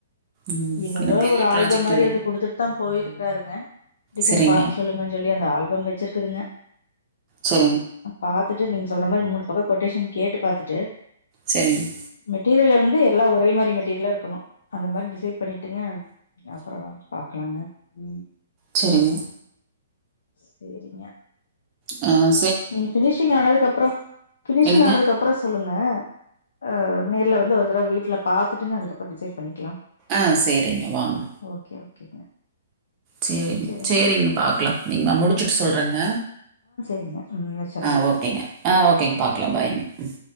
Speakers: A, on the right (about 25°); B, on the left (about 85°).
A: ம்.
B: இவுங்க
A: ஏன்னா பெரிய
B: ஒரு ஆல்பம்
A: ப்ராஜெக்ட்
B: மாரி
A: இல்லைங்க.
B: வந்து குடுத்துட்டுதான் போயிருக்காருங்க டிசைன்
A: சரிங்க.
B: பாத்து சொல்லு ங்க சொல்லி அந்த ஆல்பம் வேச்சிருக்குதுங்க
A: சரிங்க.
B: பாத்துட்டு நீங்க சொல்ற மாரி மூணு பக்கொ கொட்டேஷன் கேட்டு பாத்துட்டு
A: சேரிங்
B: மெட்டீரியலிருந்து எல்லா ஒரே மாரி மெட்டீரியலா இருக்கணு அந்த மாரி டிசைட் பண்ணீட்டுங்க அப்றோலா பாக்கலாங்க ம்
A: சேரிங்க
B: சேரிங்க
A: அ
B: நீங் ஃபினிஷிங் ஆனதுக்கு அப்றொ ஃபினிஷிங்
A: என்னங்க?
B: ஆனதுக்கப்றோ சொல்லுங்க ஆ நேர்ல வந்து ஒரு தரவ வீட்ல பாத்துட்டுங்க அதுக்கப்றோ டிசைட் பண்ணிக்கலா
A: ஆ சேரிங்க வாங்க
B: ஓகே ஓகேங்க
A: சேரிங்க
B: சரிங்க.
A: சேரிங்க பாக்கலா நீங் நா முடிச்சிட்டு
B: ஓ
A: சொல்றங்க
B: <unintelligible>
A: ஆ ஓகேங்க ஆ ஓகேங்க பாக்கலா பாய்ங்க ம்